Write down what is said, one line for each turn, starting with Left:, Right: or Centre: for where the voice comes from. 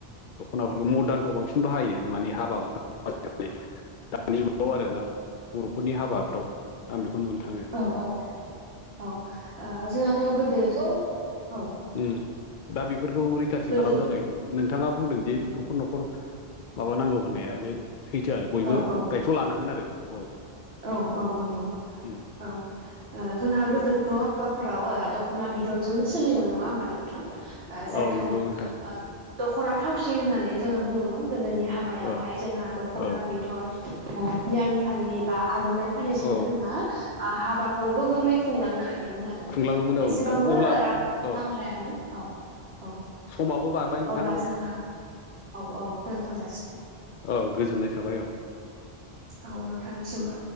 Left: दख'नाफोरखौ मदार्नखौ बांसिन बाहायो माने हाबा हु दानि जुगाव आरो ना बर'फोरनि हाबाफ्राव आं बेखौ नुनो थाङो
Right: औ औ औ औ जोंहाथ' गोदोथ' औ
Left: अम दा बेफोरखौ रैखाथि
Right: गोदोथ'
Left: खालामनो थाखाय नोंथाङा बुंदों जे नखर न'खर माबानांगौ होननाया बे सैथो आरो बयबो
Right: औ औ
Left: गाय सौ लानांगोन आरो बेखौ औ
Right: औ औ नंगौ
Left: उम
Right: औ। ओ जोंहा गोदोथ' हाबाफोराव ओ दख'ना बिदनजोंनो सोलिोमोन नङा होमबा नोंथां। जायखौ
Left: औ नंगौ नोंथां
Right: ओ दख'ना थावसि होननानै जोङो बुङोमोन गोदोनि हाबा बहाय
Left: औ
Right: जोंहा दख'ना
Left: औ
Right: बिदन गोदान फालि बा आर'नाइ फालिजोंनो
Left: औ
Right: जोंहा ओ हाबाखौ गोगोमै खुंलांनो हायोमोन आरो आरो
Left: खुंलाङोमोन औ
Right: एसेबांबो
Left: नोंथां अब्ला
Right: रां
Left: औ
Right: नांलायामोन औ। औ
Left: समाबो बारबाय नोंथां
Right: अब्ला जोंहा औ औ दोनथ' जासिगोन।
Left: औ गोजोननाय थाबाय औ
Right: औ नोंथांनिसिमबो।